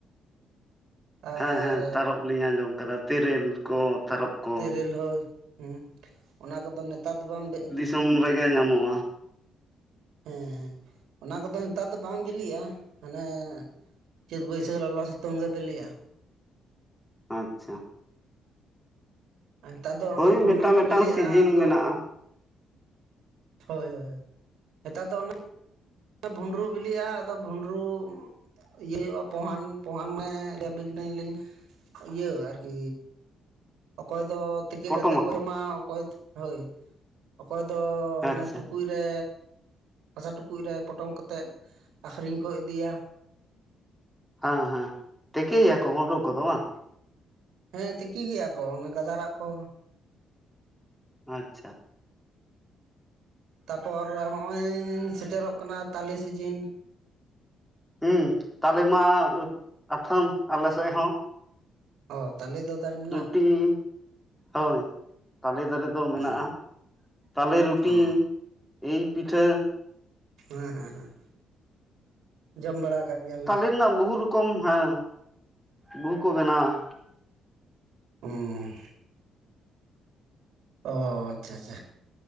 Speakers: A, on the right; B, in the centre.
A: ᱟᱨ
B: ᱦᱮᱸ ᱦᱮᱸ ᱛᱟᱨᱚᱵ ᱞᱤᱧ ᱟᱸᱡᱚᱢ ᱟᱠᱟᱫᱟ ᱛᱮᱨᱮᱞ ᱠᱚ ᱛᱟᱨᱚᱵ ᱠᱚ
A: ᱛᱮᱨᱮᱞ ᱦᱚᱸ ᱦᱩᱸ, ᱚᱱᱟ ᱠᱚᱫᱚ ᱱᱮᱛᱟᱨ ᱫᱚ ᱵᱟᱝ ᱵᱤᱜ
B: ᱛᱩᱝ ᱨᱮᱜᱮ ᱧᱟᱢᱚᱜᱼᱟ᱾
A: ᱦᱮᱸ ᱦᱮᱸ ᱚᱱᱟ ᱠᱚᱫᱚ ᱱᱮᱛᱟᱨ ᱫᱚ ᱵᱟᱝ ᱵᱤᱞᱤᱜᱼᱟ ᱦᱟᱱᱮ ᱪᱟᱹᱛ ᱵᱟᱹᱭᱥᱟᱹᱠ ᱞᱚᱞᱚ ᱥᱤᱛᱩᱝ ᱜᱮ ᱵᱤᱞᱤᱜᱼᱟ᱾
B: ᱟᱪᱪᱷᱟ᱾
A: ᱦᱮᱸᱛᱟᱨ ᱫᱚ
B: ᱦᱳᱭ
A: ᱚᱱᱮ
B: ᱢᱤᱫᱴᱟᱝ
A: ᱵᱷᱩᱸᱰᱨᱩ
B: ᱢᱤᱫᱴᱟᱝ
A: ᱵᱤᱞᱤᱜᱼᱟ
B: ᱥᱤᱡᱤᱱ
A: ᱟᱫᱚ
B: ᱢᱮᱱᱟᱜᱼᱟ
A: ᱦᱳᱭ ᱦᱳᱭ ᱦᱳᱭ ᱱᱮᱛᱟᱨ ᱫᱚ ᱚᱱᱮ ᱵᱷᱩᱸᱰᱨᱩ ᱵᱤᱞᱤᱜᱼᱟ ᱟᱫᱚ ᱵᱷᱩᱸᱰᱨᱩ ᱤᱭᱟᱹ ᱦᱩᱭᱩᱜᱼᱟ ᱯᱳᱦᱟᱱ ᱯᱳᱦᱟᱱ ᱢᱮ <unintelligible> ᱞᱤᱧ ᱞᱤᱧ ᱤᱭᱟᱹ ᱟᱨᱠᱤ ᱚᱠᱚᱭ ᱫᱚ ᱛᱤᱠᱤ
B: ᱯᱚᱴᱚᱢᱟᱠᱚ
A: ᱠᱟᱛᱮ ᱠᱚ ᱮᱢᱟ ᱚᱠᱚᱭ, ᱦᱳᱭ᱾ ᱚᱠᱚᱭ ᱫᱚ
B: ᱟᱪᱪᱷᱟ
A: ᱦᱟᱱᱮ ᱴᱩᱠᱩᱡ ᱡᱮ, ᱦᱟᱥᱟ ᱴᱩᱠᱩᱡ ᱨᱮ ᱯᱚᱴᱚᱢ ᱠᱟᱛᱮᱫ ᱟᱠᱷᱨᱤᱧ ᱠᱚ ᱤᱫᱤᱭᱟ᱾
B: ᱦᱮᱸ ᱦᱮᱸ ᱛᱤᱠᱤᱭᱟᱠᱚ ᱵᱷᱩᱸᱰᱨᱩ ᱠᱚᱫᱚ ᱵᱟᱝ?
A: ᱦᱮᱸ ᱛᱤᱠᱤ ᱜᱮᱭᱟ ᱠᱚ ᱚᱱᱮ ᱜᱟᱫᱟᱨᱟᱜ ᱠᱚ᱾
B: ᱟᱪᱪᱷᱟ ᱾
A: ᱛᱟᱯᱚᱨ ᱱᱚᱜᱼᱚᱭ ᱥᱮᱴᱮᱨᱚᱜ ᱠᱟᱱᱟ ᱛᱟᱞᱮ ᱥᱤᱡᱤᱱ ᱾
B: ᱦᱮᱸ ᱛᱟᱞᱮᱢᱟ ᱟᱛᱷᱟᱢ ᱟᱞᱮ ᱥᱮᱫ ᱦᱚᱸ
A: ᱚ ᱛᱟᱦᱞᱮ ᱫᱚ ᱫᱟᱨᱮ ᱢᱮᱱᱟᱜᱼᱟ
B: ᱴᱤ ᱦᱳᱭ ᱛᱟᱞᱮ ᱫᱟᱨᱮ ᱫᱚ ᱢᱮᱱᱟᱜᱼᱟ
A: ᱚ
B: ᱛᱟᱞᱮ ᱨᱩᱴᱤ
A: ᱚ
B: ᱮᱭ ᱯᱤᱴᱷᱟᱹ
A: ᱦᱮᱸ ᱦᱮᱸ ᱦᱮᱸ ᱡᱚᱢ ᱵᱟᱲᱟ ᱟᱠᱟᱫ ᱜᱮᱭᱟᱵᱤᱱ
B: ᱛᱟᱞᱮ
A: ᱾
B: ᱨᱮᱱᱟᱜ ᱵᱚᱦᱩ ᱨᱚᱠᱚᱢ ᱦᱮᱸ ᱵᱦᱩ ᱠᱚ ᱵᱮᱱᱟᱣᱟ ᱾
A: ᱦᱩᱸ ᱚᱻ ᱟᱪᱷᱟ ᱟᱪᱷᱟ